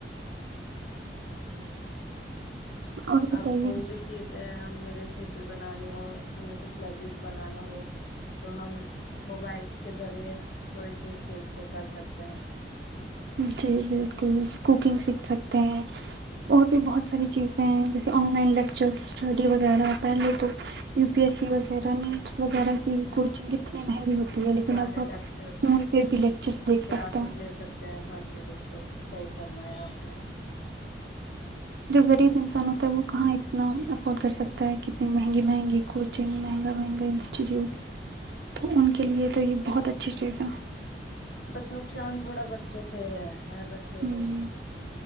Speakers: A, on the right; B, on the left.
A: اور بتائیے
B: اب کوئی بھی چیز جو ہمیں ریسیپی بنانی ہو ہمیں کچھ لذیذ بنانا ہو تو ہم موبائل کے ذریعے کوئی چیز سیکھ کے کر سکتے ہیں
A: جی بالکل کوکنگ سیکھ سکتے ہیں اور بھی
B: جی
A: بہت ساری چیز جیسے آن لائن لیکچر اسٹڈی وغیرہ پہلے تو یو پی ایس سی وغیرہ نیٹس وغیرہ کی کوچنگ اتنے مہنگی ہوتی ہے لیکن
B: سارے
A: اب آپ
B: لیکچرس
A: فون پہ بھی لیکچرس دیکھ سکتے
B: کلاسز
A: ہیں
B: لے سکتے ہیں ہاں جی بالکل صحیح فرمایا آپ نے
A: جو غریب انسان ہوتا ہے وہ کہاں اتنا افورڈ کر سکتا ہے کہ اتنی مہنگی مہنگی کوچنگ مہنگا مہنگا انسٹیٹیوٹ تو ان کے لیے تو یہ بہت اچھی چیز ہے
B: بس نقصان تھوڑا بچوں کے ہے ہے بچوں
A: ہوں
B: کے